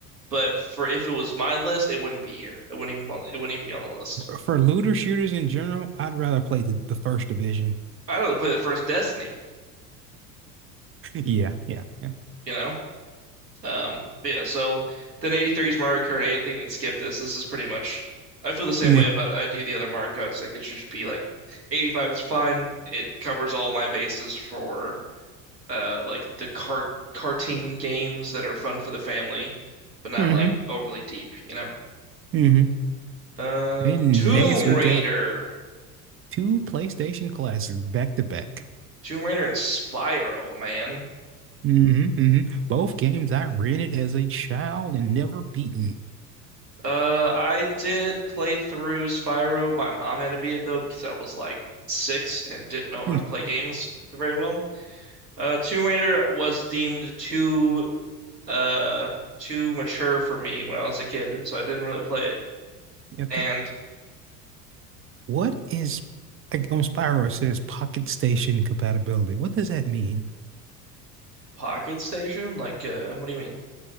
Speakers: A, on the right (about 80°); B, on the right (about 25°).
A: but for if it was my list, it wouldn't be here. It wouldn't even it wouldn't even be on the list.
B: For looter shooters in general, I'd rather play the, the first division. <laughs>
A: I'd rather play the first Destiny,
B: Yeah, yeah, yeah.
A: you know? Um, but yeah, so then 83 is Mario Kart 8. I think we can skip this. This is pretty much, I feel the same
B: Meh.
A: way about I do the other Mario Karts. Like it should just be like 85 is fine. It covers all my bases for uh like the cart karting games that are fun for the family, but not
B: Mm-hmm.
A: like overly deep, you know.
B: Mm-hmm.
A: Uh,
B: And
A: Tomb
B: next we
A: Raider,
B: got two PlayStation classics back to back.
A: Tomb Raider and Spyro, man.
B: hmm hmm Both games I rented as a child and never beaten.
A: Uh, I did play through Spyro. My mom had to beat it though because I was like six and didn't know
B: Hmm.
A: how to play games very well. Uh, Tomb Raider was deemed too uh too mature for me when I was a kid, so I didn't really play it.
B: Yeah,
A: And
B: that, what is like, on Spyro it says Pocket Station compatibility. What does that mean?
A: Pocket Station, like, uh, what do you mean?